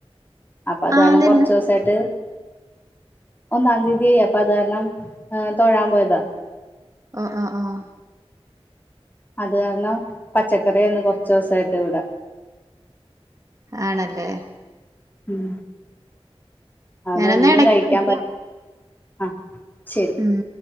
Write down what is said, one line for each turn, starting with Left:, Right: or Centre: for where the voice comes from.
Left: അപ്പൊ അത്
Right: ആഹ്
Left: കാരണം
Right: അതന്നെ
Left: കൊറച്ച് ദൂസായിട്ട് ഒന്നാം തീയതിയായി അപ്പം അത് കാരണം തൊഴാൻ പോയതാ
Right: ആഹ് ആഹ് ആഹ്
Left: അത് കാരണം പച്ചക്കറിയാരുന്ന് കൊറച്ച് ദിവസായിട്ട് ഇവടെ
Right: ആണല്ലേ
Left: ഉം ആണ്
Right: ഞാനെന്നാ
Left: ഒന്നും
Right: ഇടക്ക്
Left: കഴിക്കാൻ
Right: വിളിക്കാം
Left: പ ആഹ് ശരി
Right: ഉം